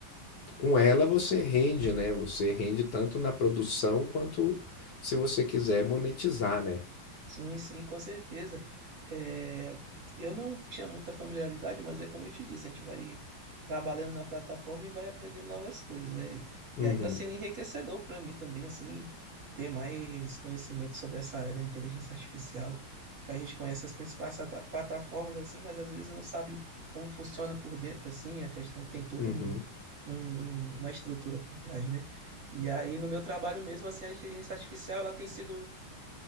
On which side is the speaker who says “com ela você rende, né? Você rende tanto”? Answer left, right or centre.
Left